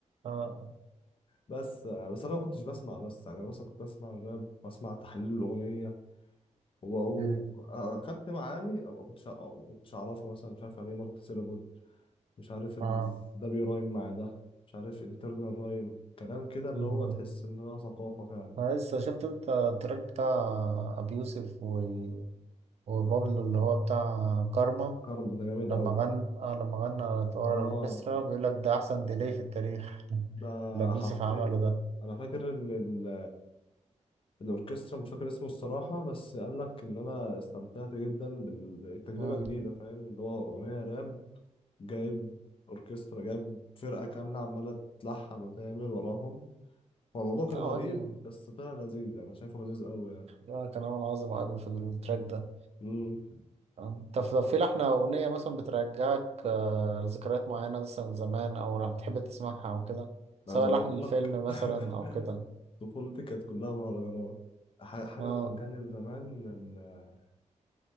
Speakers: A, on the right; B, on the left.
A: اه
B: بس بس أنا ما كنتش بسمع بس يعني أنا مثلا كنت بسمع الراب بسمع تحليل الأغنية و- و-
A: مم.
B: أخدت معاني أو ما كنتش ما كنتش أعرفها مثلا مش عارف يعني إيه مالتي سيلابول مش عارف إن
A: اه
B: ده بيرايم مع ده مش عارف انترنال رايم كلام كده اللي
A: مم.
B: هو تحس إن هو ثقافة فعلا
A: أنا لسه شفت انت التراك بتاع ابي يوسف و... وبابلو اللي هو بتاع كارما
B: كرم ده جامد
A: لما
B: أوي
A: غنى آه لما غنى ورا
B: آه
A: الاوركسترا بيقول لك ده احسن ديلي في التاريخ <laughs>
B: ده
A: اللي ابي
B: حرفيا
A: يوسف عمله ده
B: انا فاكر ان ال- الاوركسترا مش فاكر اسمه الصراحه بس قال لك ان انا استمتعت جدا بالتجربه
A: مم.
B: جديده فاهم اللي هو اغنيه راب جايب اوركسترا جايب فرقه كامله عماله تلحن وتعمل وراهم هو الموضوع كان
A: لا
B: غريب
A: وابي
B: بس طلع لذيذ يعني انا شايفه لذيذ قوي يعني
A: آه، كان عامل عظمة ابي في التراك ده
B: امم
A: آه. طب طب في لحنة أغنية مثلا بترجعك آه، لذكريات معينة مثلا زمان أو بتحب تسمعها أو كده سواء
B: انا زي
A: لحن
B: ما قلت
A: الفيلم
B: لك
A: مثلا
B: <laughs>
A: أو كده
B: طفولتي كانت كلها مهرجانات ح- حاجه
A: آه.
B: بترجعني لزمان ال-